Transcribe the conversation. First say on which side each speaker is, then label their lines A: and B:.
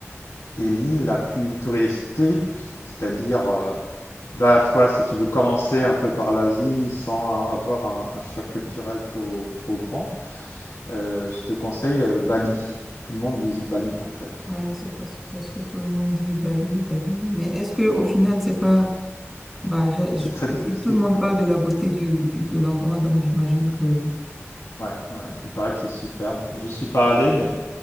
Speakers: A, on the left; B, in the centre.
A: Et l'île la plus touristique, c'est-à-dire euh, Là, toi, si tu veux commencer un peu par l'Asie sans avoir un, un choc culturel trop, trop grand, euh, je te conseille euh, Bali. Tout le monde visite Bali, en fait.
B: Ouais, c'est parce que c'est ce que tout le monde dit, Bali, Bali. Mais est-ce que au final, c'est pas, bah, je- je-
A: C'est très touristique,
B: si tout le monde
A: quoi.
B: parle de la beauté du, du- de l'endroit, donc j'imagine que
A: Ouais, ouais, il paraît que c'est superbe. Je suis pas allé, mais